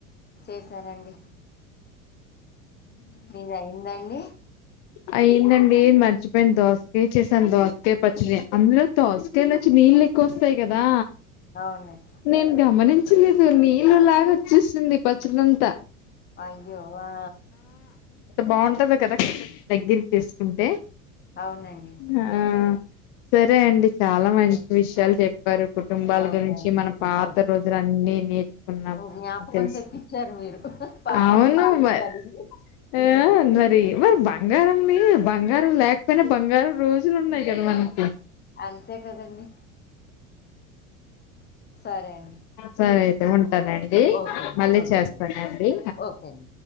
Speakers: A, on the left; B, on the left.
A: చేశానండి మీది అయిందా అండి
B: అయియందండి మర్చిపోయింది దోసకాయ చేసాను దోసకాయ పచ్చిడి అందులో దోసకాయలు వచ్చి నీళ్ళు కోస్తాయి కదా
A: అవునండి
B: నేను గమనించలేదు నీళ్ళలాగా వచ్చేసింది పచ్చలంతా
A: అయ్యో ఆ
B: బాగుంటది కదా దగ్గరకి వేసుకుంటే
A: అవునండి
B: ఆ సరే అండి చాలా మంచి
A: ఓ-
B: విషయాలు చెప్ పారు కుటుంబాల
A: ఓకే
B: గురించి
A: అండి
B: మన పాత
A: ఓకే
B: రోజులు అన్ని నేర్చుకున్నాం మనము
A: జ్ఞాపకం
B: తెలుసు
A: తెప్పించారు మీరు పాత
B: అవును
A: రోజుల గురించి
B: మరి
A: అడిగి
B: ఆ అందరికీ మరి బంగారంనీ బంగారం లేకపోయినా బంగారం రోజులు ఉన్నాయి కదా మనకి
A: అంతే కదండి సరే అండి
B: సరే అయితే ఉంటానండి
A: ఓకే అండి
B: మళ్ళీ
A: ఓకే
B: చేస్తానండి
A: అండి ఓకే అండి